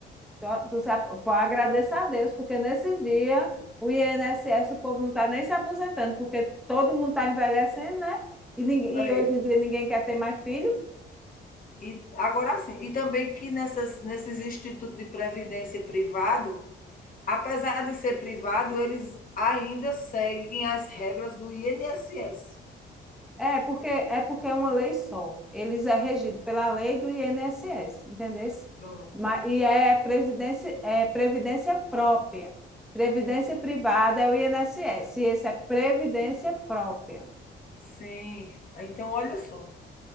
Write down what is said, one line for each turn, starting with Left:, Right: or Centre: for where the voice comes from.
Centre: Tu, tu se ap- pô, agradeça a Deus, porque nesses dias o INSS, o povo não está nem se aposentando, porque todo mundo está envelhecendo, né? E, nin- e
Left: É,
Centre: hoje em dia ninguém quer ter mais filho.
Left: e agora sim, e também que nessas nesses institutos de previdência privado, apesar de ser privado, eles ainda seguem as regras do INSS.
Centre: É porque é porque é uma lei só. Eles é regido pela lei do INSS, entendeu?
Left: Pronto.
Centre: Mas, e é, presidência, é previdência própria. Previdência privada é o INSS, e esse é previdência própria.
Left: Sim. Então, olha só,